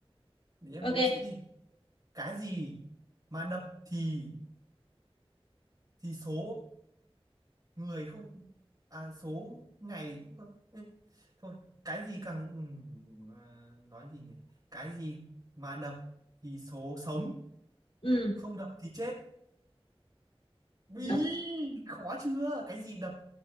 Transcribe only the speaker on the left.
ok
ừ
đập